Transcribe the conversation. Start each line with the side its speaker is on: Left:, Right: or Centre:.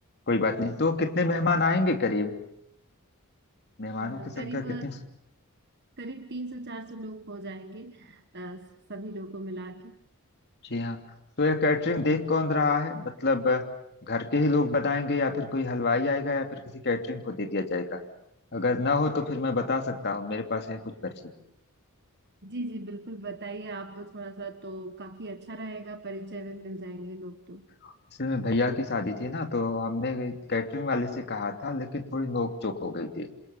Left: कोई बात नहीं तो कितने मेहमान आएंगे करीब मेहमानों
Right: अ,
Left: की संख्या
Right: करीब
Left: कितनी
Right: करीब तीन सौ चार सौ लोग हो जाएंगे अ, सभी लोगों को मिला के।
Left: जी हाँ तो ये कैटरिंग देख कौन रहा है मतलब अ, घर के ही लोग बनाएंगे या फिर कोई हलवाई आएगा या फिर किसी कैटरिंग को दे दिया जाएगा अगर ना हो तो फिर मैं बता सकता हूँ मेरे पास है कुछ पर्ची
Right: जी जी बिल्कुल बताइए आपको थोड़ा सा तो काफी अच्छा रहेगा परिचय में मिल जाएंगे लोग तो
Left: असल में भैया की शादी थी ना तो हमने कैटरिंग वाले से कहा था लेकिन थोड़ी नोक चोक हो गई थी